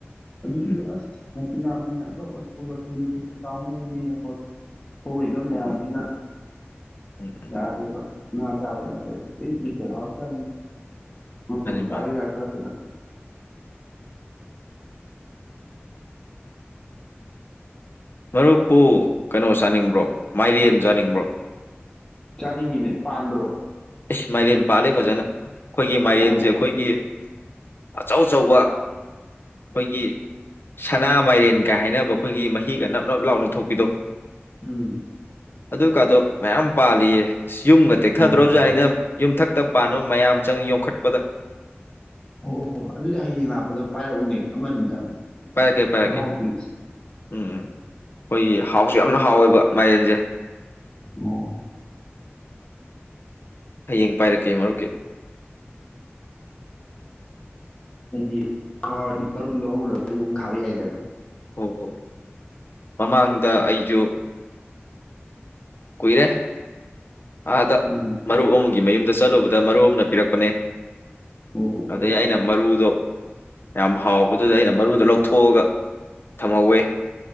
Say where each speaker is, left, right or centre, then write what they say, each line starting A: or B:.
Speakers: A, on the left; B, on the left.
A: ꯑꯗꯨꯒꯤꯗꯤ
B: ꯎꯝ
A: ꯑꯥꯁ꯫ ꯑꯇꯣꯞ ꯑꯇꯣꯞꯄ ꯊꯨꯅ-ꯊꯨꯅ ꯆꯥꯎꯕꯅꯦꯅ꯫ <inaudible> ꯊꯣꯛꯏꯕ ꯃꯌꯥꯝꯁꯤꯅ
B: ꯎꯝ ꯎꯝ
A: ꯌꯥꯗ꯭ꯔꯦꯕ꯫ ꯉ ꯆꯥꯕ ꯌꯥꯗ꯭ꯔꯦꯕ <inaudible> ꯎꯝ
B: ꯃꯥꯅꯤ
A: ꯆꯥꯔꯦꯗ
B: ꯃꯥꯅꯤ
A: ꯈꯔ <unintelligible>
B: ꯃꯔꯨꯞꯄꯨ ꯀꯩꯅꯣ ꯆꯥꯅꯤꯡꯕ꯭ꯔꯣ ꯃꯥꯏꯔꯦꯟ ꯆꯥꯅꯤꯡꯕ꯭ꯔꯣ꯫
A: ꯆꯥꯅꯤꯡꯉꯤꯅꯦ ꯄꯥꯟꯕ꯭ꯔꯣ
B: ꯏꯁ ꯃꯥꯢꯔꯦꯟ ꯄꯥꯂꯦ ꯐꯖꯅ ꯑꯩꯈꯣꯏꯒꯤ ꯃꯌꯦꯟꯖꯦ
A: ꯑꯣ
B: ꯑꯩꯈꯣꯏꯒꯤ ꯑꯆꯧ ꯑꯆꯧꯕ ꯈꯣꯢꯒꯤ ꯁꯅꯥ ꯃꯥꯏꯔꯦꯟꯒ ꯍꯥꯏꯅꯕ ꯑꯩꯈꯣꯏꯒꯤ ꯃꯍꯤꯒ ꯅꯞ ꯅꯞ ꯂꯥꯎꯅ ꯊꯣꯛꯄꯤꯗꯣ
A: ꯎꯝ
B: ꯑꯗꯨꯒꯗꯣ ꯃꯌꯥꯝ ꯄꯥꯜꯂꯤꯌꯦ ꯢꯁ ꯌꯨꯝꯒ ꯇꯦꯛꯊꯗ꯭ꯔꯣ
A: ꯑꯣ
B: ꯖꯥ <inaudible> ꯌꯨꯝꯊꯛꯇ ꯄꯥꯟꯕ ꯃꯌꯥꯝ ꯆꯪ ꯌꯣꯈꯠ <inaudible> ꯄꯗ
A: ꯑꯣ-ꯑꯣ ꯑꯗꯨꯗꯤ ꯍꯌꯦꯡ ꯂꯥꯛꯄꯗ ꯄꯥꯏꯔꯛꯎꯅꯦ ꯑꯃꯅꯤꯇꯪ
B: ꯄꯥꯏꯔꯛꯀꯦ ꯄꯥꯏꯔꯛꯀꯦ
A: ꯃꯍꯥꯎꯒꯤ
B: ꯎꯝ ꯎꯝ ꯑꯩꯈꯣꯏꯒꯤ ꯍꯥꯎꯁꯨ ꯌꯥꯝꯅ ꯍꯥꯎꯋꯦꯕ ꯃꯥꯏꯔꯦꯟꯖꯦ
A: ꯑꯣ
B: ꯍꯌꯦꯡ ꯄꯥꯏꯔꯛꯀꯦ ꯃꯔꯨꯞꯀꯤ
A: ꯍꯥꯏꯗꯤ ꯍꯥꯎꯔꯗꯤ ꯃꯔꯨ ꯂꯧꯍꯧꯔꯒ ꯑꯩꯅꯃꯨꯛ ꯊꯥꯕ ꯌꯥꯏꯗꯅ
B: ꯑꯧ ꯑꯧ ꯃꯃꯥꯡꯗ ꯑꯩꯖꯨ ꯀꯨꯏꯔꯦ ꯑꯗ
A: ꯎꯝ
B: ꯃꯔꯨꯔ <inaudible> ꯒꯤ ꯃꯌꯨꯝꯗ ꯆꯠꯂꯨꯕ ꯑꯗꯨ ꯗ ꯃꯔꯨ ꯑꯃꯅ ꯄꯤꯔꯛꯄꯅꯦ
A: ꯑꯣ
B: ꯑꯗꯩ ꯑꯩꯅ ꯃꯔꯨꯗꯣ ꯌꯥꯝ ꯍꯥꯎꯕꯗꯨꯗ ꯑꯩꯅ ꯃꯔꯨꯗꯣ ꯂꯧꯊꯣꯒ ꯊꯝꯍꯧꯋꯦ